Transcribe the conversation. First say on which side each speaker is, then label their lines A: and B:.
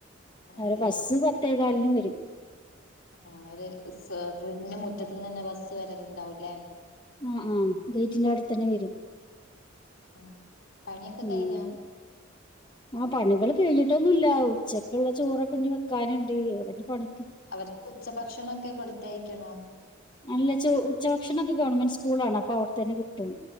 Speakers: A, on the left; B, on the left.
A: അതേ
B: അവരെ ബസ്സ് പത്തേ കാലിന് വരും
A: ആവര് സേവ്ഡ് മുറ്റത്ത്ന്നന്നെ ബസ് വരലുണ്ടാവൂലെ
B: ഉം ഉം ഗെയ്റ്റിന്റെ അവിടെ തന്നെ വരും
A: ആഹ് പണിയൊക്കെ
B: ഉം
A: കഴിഞ്ഞോ?
B: ആഹ് പണികള് കഴിഞ്ഞിട്ടൊന്നുല്ല ഉച്ചക്കുള്ള ചോറൊക്കെ ഇനി വെക്കാനുണ്ട് എവിടെന്ന് പണി
A: അവർക്ക് ഉച്ചഭക്ഷണൊക്കെ കൊടുത്തയക്കണോ?
B: അല്ല ഉച്ചഭക്ഷണോക്കെ ഗവൺമെന്റ് സ്കൂളാണ് അപ്പൊ അവിടെത്തന്നെ കിട്ടും